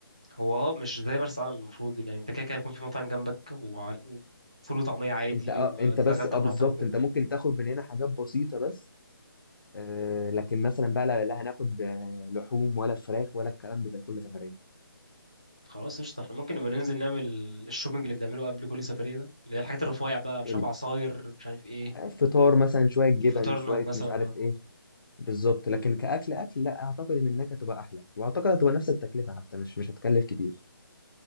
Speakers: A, on the right; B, on the left.
A: هو اه مش زي مرسى علم المفروض يعني انت كده كده يكون في مطاعم جنبك وفول وطعميه عادي
B: انت اه
A: وتتغدى
B: انت بس اه
A: براحتك
B: بالظبط
A: وكده
B: انت ممكن تاخد من هنا حاجات بسيطه بس آه لكن مثلا بقى لا, لا هناخد آه، لحوم ولا فراخ ولا الكلام ده زي كل سفريه
A: خلاص قشطه احنا ممكن نبقى ننزل نعمل الشوبينج اللي بنعمله قبل كل سفريه ده اللي هي الحاجات الرفيع بقى مش
B: حلو
A: عارف عصاير مش عارف ايه
B: آه، فطار مثلا شويه جبن
A: فطارنا
B: شويه
A: مثلا
B: مش
A: اه
B: عارف ايه بالظبط لكن كأكل أكل لا أعتقد إنك هتبقى أحلى وأعتقد هتبقى نفس التكلفة حتى مش مش هتكلف كتير